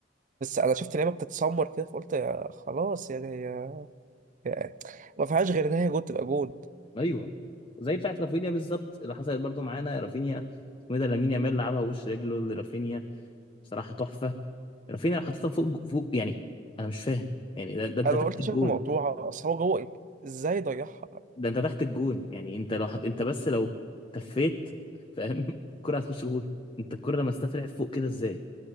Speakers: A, on the right; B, on the left.
A: بس انا شفت لعيبه بتتسمر كده فقلت يا خلاص يعني هي يعني ما فيهاش غير ان هي جول تبقى جول
B: ايوه زي بتاعت رافينيا بالظبط اللي حصلت برضو معانا رافينيا اسمه إيه ده لامين يامال لعبها وش رجله لرافينيا بصراحه تحفه رافينيا حطيتها فوق فوق يعني انا مش فاهم يعني ده, ده انت
A: انا
B: تحت
A: قلت
B: الجون
A: شبكه مقطوعه اصل هو جوه إيه؟ ازاي ضيعها
B: ده انت تحت الجون يعني انت لو حط انت بس لو تفيت فاهم <laughs> الكرة هتخش جون انت الكرة لما طلعت فوق كده ازاي